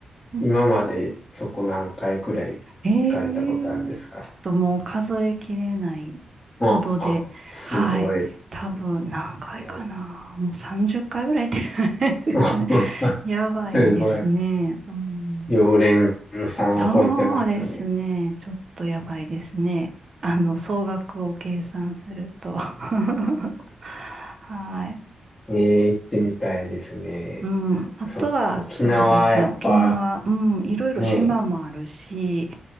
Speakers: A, on the right; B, on the left.
A: うん
B: 今までそこ何回くらい行かれたことあるんですか
A: ええちょっともう数えきれないほどで、
B: ああ、すごい。
A: はい。多分何回かな。
B: も
A: もう30回ぐらい行ってないですかね。
B: う <laughs>
A: <laughs> やばいですね。
B: すごい。
A: うん、
B: 常連さんを超えてますね。
A: そうですね。ちょっとやばいですね。あの、総額を計算すると。<laughs> はい。
B: <laughs> ええ、行ってみたいですね。
A: うん。あとは、
B: そっか、沖縄、
A: そうですね。
B: やっぱ、
A: 沖縄、うん。いろいろ島もあるし、
B: ね